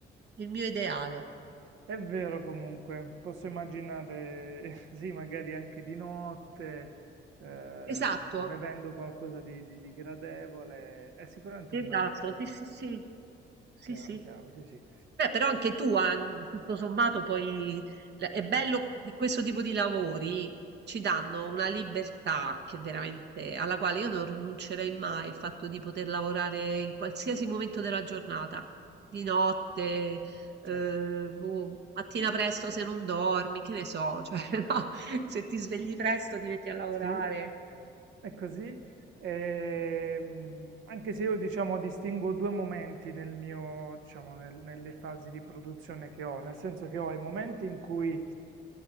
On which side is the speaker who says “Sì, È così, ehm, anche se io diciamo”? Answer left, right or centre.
Right